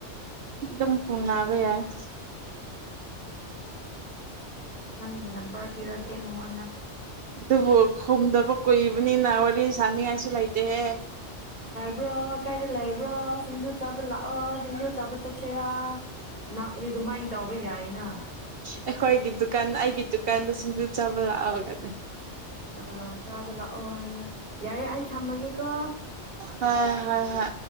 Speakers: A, on the right; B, on the left.
A: ꯑꯗꯨꯝ ꯎꯟꯅꯕ ꯌꯥꯏ <unintelligible>
B: ꯅꯪꯒꯤ ꯅꯝꯕꯔ ꯄꯤꯔꯛꯀꯦ ꯃꯉꯣꯟꯗ
A: ꯑꯗꯨꯕꯨ ꯈꯨꯝꯗꯕ ꯀꯨꯏꯕꯅꯤꯅ ꯋꯥꯔꯤ ꯁꯅꯤꯉꯥꯏꯁꯨ ꯂꯩꯇꯦꯍꯦ
B: ꯕ꯭ꯔꯣ ꯀꯥꯏꯗ ꯂꯩꯕ꯭ꯔꯣ ꯁꯤꯡꯖꯨ ꯆꯥꯕ ꯂꯥꯛꯑꯣ ꯁꯤꯡꯖꯨ ꯆꯥꯕ ꯆꯠꯁꯦ ꯌꯥ ꯅꯥꯛꯔꯤꯗꯨꯃꯥꯏ ꯇꯧꯕ ꯌꯥꯏꯅ
A: ꯑꯩꯈꯣꯏꯒꯤ ꯗꯨꯀꯥꯟ ꯑꯩꯒꯤ ꯗꯨꯀꯥꯟꯗ ꯁꯤꯡꯖꯨ ꯆꯥꯕ ꯂꯥꯛꯑꯣ ꯍꯣꯏ
B: ꯑ ꯆꯥꯕ ꯂꯥꯛꯑꯣ ꯍꯥꯏꯕ ꯌꯥꯔꯦ ꯊꯝꯃꯒꯦꯀꯣ
A: ꯍ ꯍ ꯍ